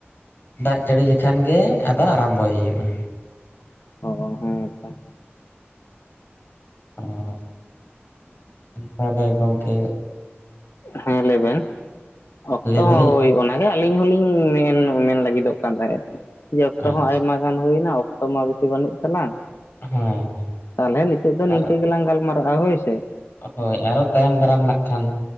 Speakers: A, on the left; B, on the left.
A: ᱫᱟᱜ ᱡᱟᱹᱲᱤ ᱞᱮᱠᱷᱟᱱ ᱜᱮ ᱟᱫᱚ ᱟᱨᱟᱢᱵᱚᱭ ᱦᱩᱭᱩᱜᱼᱟ
B: ᱚ ᱦᱮᱸ ᱛᱚ
A: ᱚ ᱛᱟᱦᱞᱮ ᱜᱚᱝᱠᱮ
B: ᱦᱮᱸ ᱞᱟᱹᱭᱵᱮᱱ ᱚᱠᱛᱚ
A: ᱞᱟᱹᱭ ᱫᱟᱞᱤᱧ
B: ᱦᱚᱸ ᱦᱳᱭ ᱚᱱᱟᱜᱮ ᱟᱹᱞᱤᱧ ᱦᱚᱸᱞᱤᱧ ᱢᱮᱱ ᱞᱟᱹᱜᱤᱫ ᱛᱟᱦᱮᱸᱫ ᱡᱮ ᱚᱠᱛᱚ
A: ᱟᱪᱪᱷᱟ
B: ᱦᱚᱸ ᱟᱭᱢᱟ ᱜᱟᱱ ᱦᱩᱭᱮᱱᱟ ᱚᱠᱛᱚ ᱢᱟ ᱵᱮᱥᱤ ᱵᱟᱹᱱᱩᱜ ᱛᱟᱞᱟᱝ
A: ᱦᱮᱸ ᱦᱮᱸ
B: ᱛᱟᱦᱚᱞᱮ ᱱᱤᱛᱚᱜ ᱫᱚ ᱱᱤᱝᱠᱟᱹ
A: ᱟᱨ
B: ᱜᱮᱞᱟᱝ ᱜᱟᱞᱢᱟᱨᱟᱜᱼᱟ ᱦᱳᱭ ᱥᱮ
A: ᱦᱳᱭ ᱟᱨᱚ ᱛᱟᱭᱚᱢ ᱫᱟᱨᱟᱢ ᱠᱷᱟᱱ